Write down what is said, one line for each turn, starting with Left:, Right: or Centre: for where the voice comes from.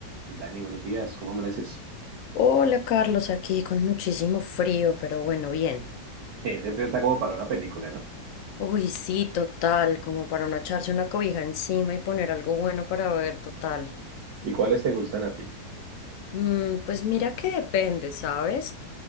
Right: Dani, buenos días, ¿cómo amaneces?
Left: Hola Carlos, aquí con muchísimo frío, pero bueno, bien.
Right: Ese frío está como para una película, ¿no?
Left: Uy, sí, total, como para no echarse una cobija encima y poner algo bueno para ver, total.
Right: ¿Y cuáles te gustan a ti?
Left: Mm, pues mira que depende, ¿sabes?